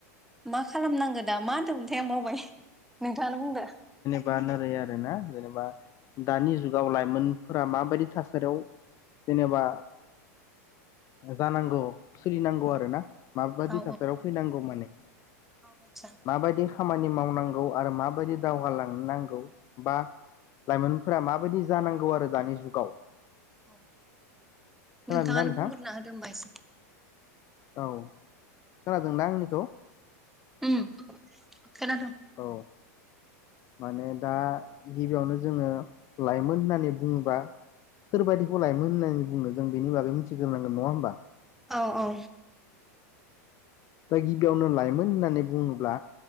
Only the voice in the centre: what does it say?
मा खालामनांगो दा मा दंमोनथाइ आं वावबाय नोंथाङानो बुंदो
औ
औ
औ आदसा
औ
नोंथाङानो
बुंग्रोना होदो होनबा एसे।
ओम खोनादों।
औ औ